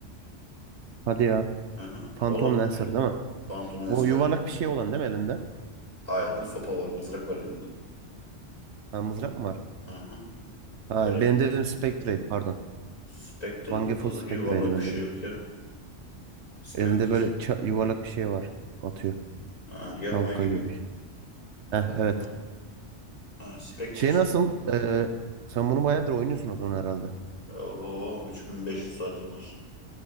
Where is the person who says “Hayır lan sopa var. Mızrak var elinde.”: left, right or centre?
Left